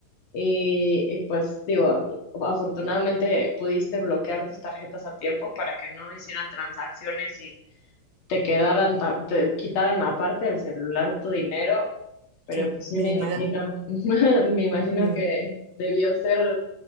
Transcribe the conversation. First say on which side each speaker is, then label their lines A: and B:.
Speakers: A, on the left; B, on the right.
A: Y, y pues digo, afortunadamente pudiste bloquear tus tarjetas a tiempo para que no hicieran transacciones y te quedaran, ta- te quitaran aparte del celular tu dinero, pero
B: Sí,
A: pues sí
B: mi
A: me
B: dignidad.
A: imagino, <laughs> me imagino
B: Mi dig-
A: que debió ser,